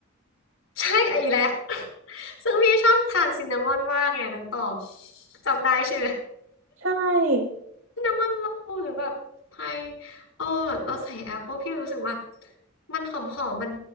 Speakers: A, on the left; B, on the right.
A: ใช่อ่ะอีกแล้ว <laughs> ซึ่งพี่ชอบทานซินนามอนมากไงน้องตองจำได้ใช่ไหม
B: ใช่
A: น้ำมันโลหรือแบบพายเออเราใส่แอปเปิลพี่รู้สึกว่ามันหอมหอมมัน